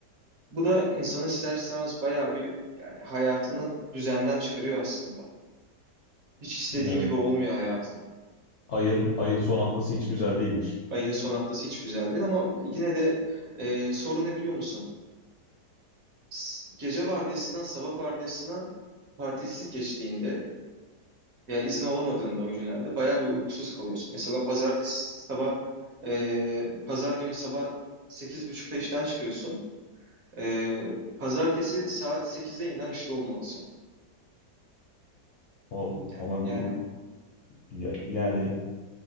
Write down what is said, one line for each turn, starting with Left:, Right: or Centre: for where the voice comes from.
Right: Bu da insanı ister istemez bayağı bir yani hayatını düzenden çıkarıyor aslında. Hiç istediğin
Left: Evet.
Right: gibi olmuyor hayatın.
Left: Ayın ayın son haftası hiç güzel değilmiş.
Right: Ayın son haftası hiç güzel değil ama yine de e, sorun ne biliyor musun? S- Gece vardiyasından sabah vardiyasına tatilsiz geçtiğinde veya izin alamadığında o günlerde bayağı bir uykusuz kalıyorsun. Mesela pazartesi sabah e, pazar günü sabah 8.30'da işten çıkıyorsun. E, pazartesi saat sekizde yeniden işte olmalısın.
Left: O
Right: Ya-
Left: ama
Right: Yani,
Left: bu ya- yani